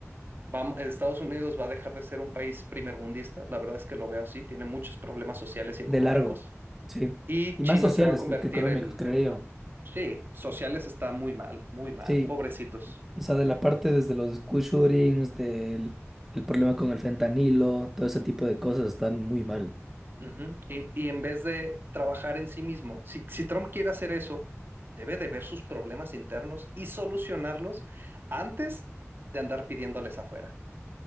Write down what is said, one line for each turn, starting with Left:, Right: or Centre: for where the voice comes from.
Right: va, Estados Unidos va a dejar de ser un país primermundista. La verdad es que lo veo así, tiene muchos problemas sociales y económicos.
Centre: De largo. Sí.
Right: Y
Centre: Y
Right: China
Centre: más sociales
Right: se va a convertir
Centre: que que económicos,
Right: el,
Centre: creo
Right: el-
Centre: yo.
Right: sí, sociales está muy mal, muy mal,
Centre: Sí.
Right: pobrecitos.
Centre: O sea, de la parte desde los school shootings, del el problema con el fentanilo, todo ese tipo de cosas están muy mal.
Right: Ujú. Y, y en vez de trabajar en sí mismo, si, si Trump quiere hacer eso, debe de ver sus problemas internos y solucionarlos antes de andar pidiéndoles afuera.